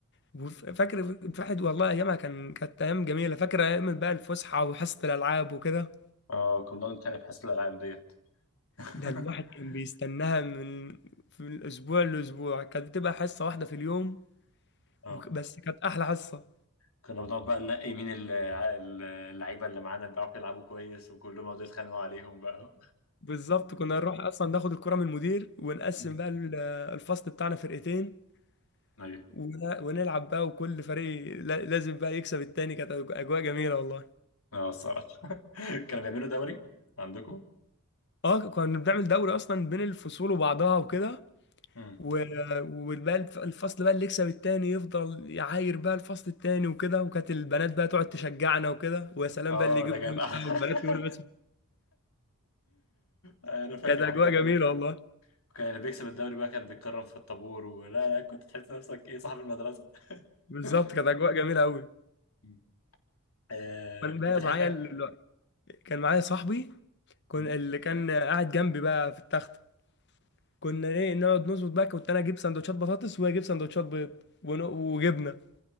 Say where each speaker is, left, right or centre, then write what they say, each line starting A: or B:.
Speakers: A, on the left; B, on the left.
A: وف- فاكر الواحد والله ايامها كان كانت ايام جميله فاكر ايام بقى الفسحه وحصه الالعاب وكده
B: آه، كنا بنتخانق في حصة الألعاب ديت <laughs>
A: ده الواحد كان بيستناها من في الأسبوع لأسبوع كانت بتبقى حصة واحدة في اليوم
B: اه
A: وك- بس كانت أحلى حصة
B: كنا بنقعد بقى ننقي مين ال- ال- اللعيبه اللي معانا اللي بيعرفوا يلعبوا كويس وكلهم يقعدوا يتخانقوا عليهم بقى
A: بالظبط كنا نروح أصلا ناخد الكرة من المدير ونقسم
B: امم
A: بقى ال- الفصل بتاعنا فرقتين
B: ايوه
A: ون- ونلعب بقى وكل فريق لا- لازم بقى يكسب التاني كانت أجواء جميلة والله
B: اه الصراحه <laughs> كانوا بيعملوا دوري عندكم
A: اه كنا بنعمل دوري أصلا بين الفصول وبعضها وكده
B: امم
A: و- وبقى الف- الفصل بقى اللي يكسب التاني يفضل يعاير بقى الفصل التاني وكده وكانت البنات بقى تقعد تشجعنا وكده ويا سلام
B: اه
A: بقى اللي يجيب
B: ده كانت
A: جول بقى والبنات
B: <laughs>
A: يقولوا بس
B: انا فاكر
A: كانت اجواء
B: الحاجات
A: جميله
B: دي
A: والله
B: وكان اللي بيكسب الدوري بقى كان بيتكرم في الطابور ولا لا كنت تحس نفسك ايه صاحب المدرسه
A: بالظبط
B: <laughs>
A: كانت اجواء جميله قوي
B: مم. آه
A: كان
B: كنت
A: بقى
B: بتحس
A: معايا
B: فيها
A: ال... كان معايا صاحبي كان
B: مم.
A: اللي كان قاعد جنبي بقى في التخته كنا ايه نقعد نظبط بقى كنت انا اجيب سندوتشات بطاطس وهو يجيب سندوتشات بيض ون... وجبنه